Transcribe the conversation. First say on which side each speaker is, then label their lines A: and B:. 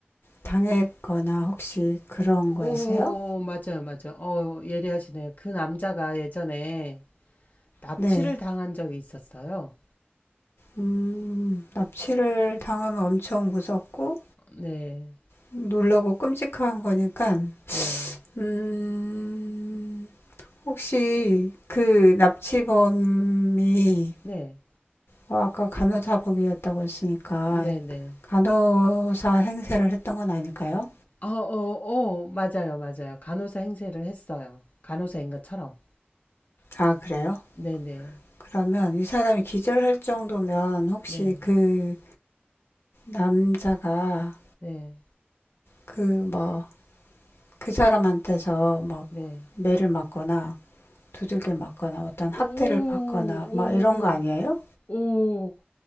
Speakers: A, on the left; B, on the left.
A: 당했거나 혹시 그런
B: 오,
A: 거였어요?
B: 맞아요, 맞아요. 어, 예리하시네요. 그 남자가 예전에 납치를
A: 네.
B: 당한 적이 있었어요.
A: 음, 납치를 당하면 엄청 무섭고
B: 네,
A: 놀라고 끔찍한 거니까
B: 네,
A: 음, 혹시 그 납치범이
B: 네,
A: 어, 아까 간호사복이었다고 했으니까
B: 네, 네.
A: 간호사 행세를 했던 건 아닐까요?
B: 어, 어, 어, 맞아요, 맞아요. 간호사 행세를 했어요. 간호사인 것처럼.
A: 아, 그래요?
B: 네, 네,
A: 그러면 이 사람이 기절할 정도면 혹시
B: 네,
A: 그 남자가
B: 네,
A: 그 뭐 그 사람한테서 막
B: 네.
A: 매를 맞거나 두들겨 맞거나 어떤 학대를
B: 오, 오,
A: 받거나 막 이런 거 아니에요?
B: 오, 오,